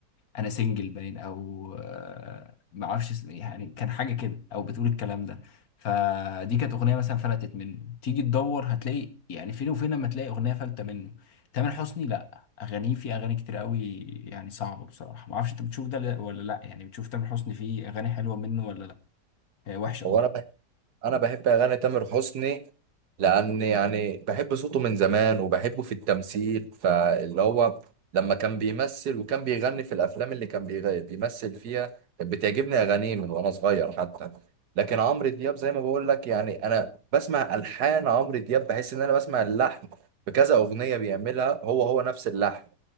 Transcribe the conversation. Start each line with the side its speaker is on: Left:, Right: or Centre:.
Left: انا سنجل باين او آه، ما اعرفش اسم إيه، يعني كان حاجه كده او بتقول الكلام ده فدي كانت اغنيه مثلا فلتت منه تيجي تدور هتلاقي يعني فين وفين لما تلاقي اغنيه فلتة منه تامر حسني لا اغانيه في اغاني كتير قوي يعني صعبه بصراحه ما اعرفش انت بتشوف ده لا- ولا لا يعني بتشوف تامر حسني فيه اغاني حلوه منه ولا لا آه، وحشه قصدي
Right: هو انا انا بحب اغاني تامر حسني لان يعني بحب صوته من زمان وبحبه في التمثيل فاللي هو لما كان بيمثل وكان بيغني في الافلام اللي كان بيغ- بيمثل فيها كانت بتعجبني اغانيه من وانا صغير حتى لكن عمرو دياب زي ما بقول لك يعني انا بسمع الحان عمرو دياب بحس ان انا بسمع اللحن في كذا اغنيه بيعملها هو هو نفس اللحن